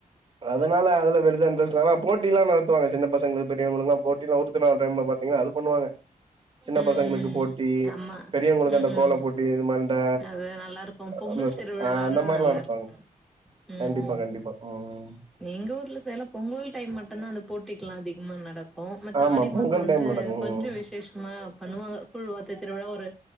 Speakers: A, on the right; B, in the centre.
A: அதனால அதுல பெருசா இன்ரஸ்ட் இல்ல ஆனா போட்டி எல்லா நடத்துவாங்க சின்ன பசங்க பெரியவங்களுக்கு எல்லா போட்டி ஒருத்தர் டைம்ல பாத்தீங்களா அது பண்ணுவாங்க சின்ன
B: ம்
A: பசங்களுக்கு போட்டி
B: ஆமா
A: பெரியவங்களுக்கு
B: ம்
A: அந்த
B: ம்
A: கோல போட்டி இது மாரி இந்த
B: அது நல்லா இருக்கு பொங்கல்
A: அந்த சு-
B: திருவிழானா
A: ஆ அந்த மாரிலா
B: நல்லா
A: நடத்துவாங்க
B: இருக்கு ம்
A: கண்டிப்பா
B: ம்
A: கண்டிப்பா ம்
B: எங்க ஊர்ல சைட்லா பொங்கல் டைம் மட்டந்தா அந்த போட்டிகல்லா அதிகமா நடக்கு பட்
A: ஆமா
B: ஆடி
A: பொங்கல்
B: மாசோ வந்து
A: டைம் நடக்கு
B: கொஞ்ச
A: ம்
B: விசேஷ மா பண்ணுவாங்க கூழ்வார்த்து திருவிழா ஒரு